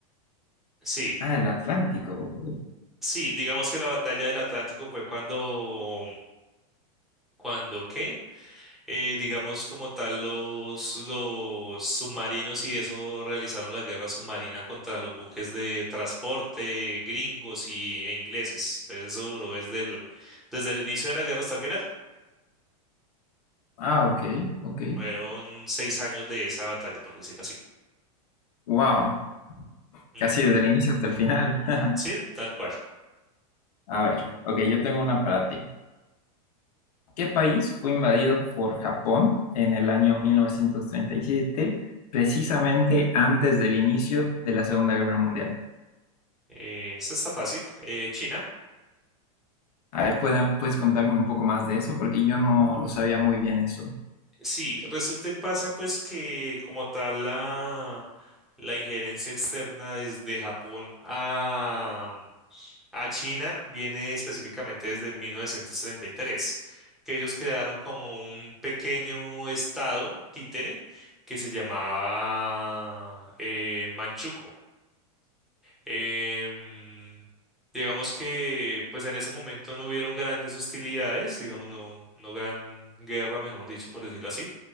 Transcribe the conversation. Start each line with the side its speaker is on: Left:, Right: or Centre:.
Centre: Sí,
Left: Ah, del Atlántico. ok.
Centre: sí, digamos que la batalla del Atlántico fue cuando, cuando qué, Eh, digamos como tal los, los submarinos y eso realizaron la guerra submarina contra los buques de transporte gringos y, e ingleses. Entonces eso duró desde el, desde el inicio de la guerra hasta el final.
Left: Ah, ok, ok.
Centre: Fueron seis años de esa batalla, por decirlo así.
Left: Wow,
Centre: Ujú,
Left: casi desde el inicio hasta el final. <laughs>
Centre: Sí, tal cual.
Left: A ver, ok, yo tengo una para ti. ¿Qué país fue invadido por Japón en el año 1937 precisamente antes del inicio de la Segunda Guerra Mundial?
Centre: Eh, esta está fácil. Eh, China.
Left: A ver, ¿pueda- ¿puedes contarme un poco más de eso? Porque yo no lo sabía muy bien eso.
Centre: Sí, resulta y pasa pues que como tal la, la injerencia externa desde Japón a, a China viene específicamente desde 1933, que ellos crearon como un pequeño estado títere que se llamaba eh, Manchukuo. Em, digamos que pues en ese momento no hubieron grandes hostilidades, digamos no, no gran guerra, mejor dicho, por decirlo así,